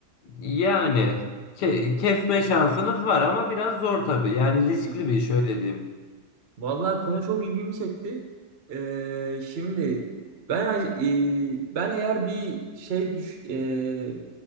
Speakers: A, on the left; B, on the right.
A: Yani ke- kesme şansınız var ama biraz zor tabii. Yani riskli
B: Hı.
A: bir iş öyle diyeyim.
B: Vallahi konu çok ilgimi çekti. Ee, şimdi ben e, ben eğer bir şey düş e,